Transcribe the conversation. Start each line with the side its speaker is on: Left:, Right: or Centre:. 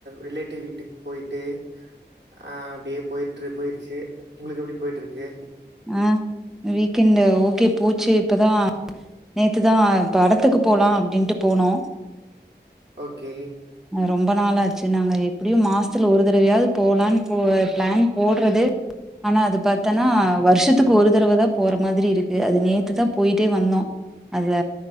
Right: ரிலேட்டிவ் வீட்டுக் போய்ட்டு அ அப்டியே போய்ட்டுரு போயிடுச்சு உங்களுக்கு எப்டி போய்ட்டுருக்கு
Centre: ஆ வீக்கெண்ட்ல ஓகே போச்சு இப்பதா நேத்துதா படத்துக்கு போலா அப்டின்ட்டு போனோ
Right: ஓகே
Centre: அ ரொம்ப நாள் ஆச்சு நாங்க எப்டியு மாசத்துல ஒரு தடவையாது போலான் போ பிளான் போடுறதே ஆனா அது பாத்தன்னா
Right: ஓகே.
Centre: வருஷத்துக்கு ஒரு தடவ தா போற மாதிரி இருக்கு அது நேத்து தாபோயிட்டே வந்தோ அதுல